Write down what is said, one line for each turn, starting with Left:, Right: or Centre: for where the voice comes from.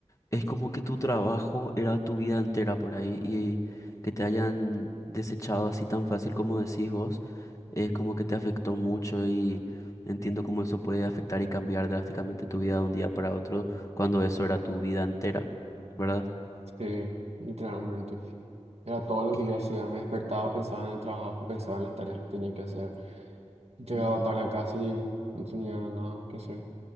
Left: Es como que tu trabajo era tu vida entera por ahí y que te hayan desechado así tan fácil como decís vos, es como que te afectó mucho y entiendo cómo eso puede afectar y cambiar drásticamente tu vida de un día para otro cuando eso era tu vida entera, ¿verdad?
Right: Sí, literalmente. Era todo lo
Left: Y
Right: que yo hacía. Me despertaba, pensaba en el trabajo, pensaba en las tareas que tenía que hacer. Llegaba
Left: ujú.
Right: tarde a casa y no tenía nada más que hacer.